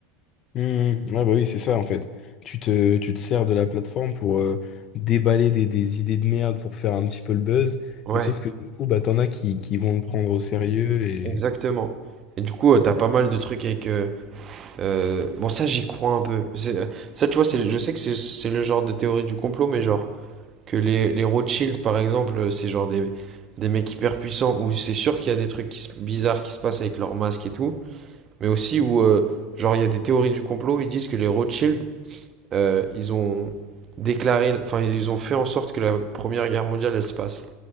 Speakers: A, on the left (about 35°); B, on the right (about 30°).
A: Hmm, ah bah oui, c'est ça en fait. Tu te, tu te sers de la plateforme pour euh, déballer des, des idées de merde pour faire un petit peu le buzz.
B: Ouais,
A: Et sauf que du coup, bah t'en as qui, qui vont le prendre au sérieux et.
B: exactement. Et du coup, euh, t'as pas mal de trucs avec. euh, euh, bon, ça, j'y crois un peu. C'est- Ça, tu vois, c'est, je sais que c'est c'est le genre de théorie du complot, mais genre. Que les, les Rothschild, par exemple, c'est genre des, des mecs hyper puissants où c'est sûr qu'il y a des trucs qui se- bizarres qui se passent avec leurs masques et tout. Mais aussi où, euh, genre, il y a des théories du complot, ils disent que les Rothschild, euh, ils ont déclaré, enfin, ils ont fait en sorte que la Première Guerre mondiale, elle se passe.